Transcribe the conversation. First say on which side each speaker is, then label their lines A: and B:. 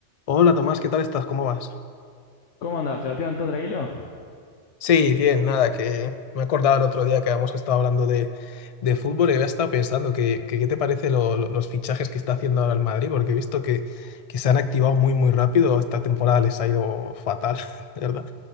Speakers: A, on the left (about 55°); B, on the left (about 80°).
A: Hola Tomás, ¿qué tal estás? ¿Cómo vas?
B: ¿Cómo andás, Sebastián? ¿Todo tranquilo?
A: Sí, bien, nada, que me acordaba el otro día que habíamos estado hablando de, de fútbol y había estado pensando que, que qué te parece lo- lo- los fichajes que está haciendo ahora el Madrid, porque he visto que, que se han activado muy, muy rápido, esta temporada les ha ido fatal, <laughs> ¿verdad?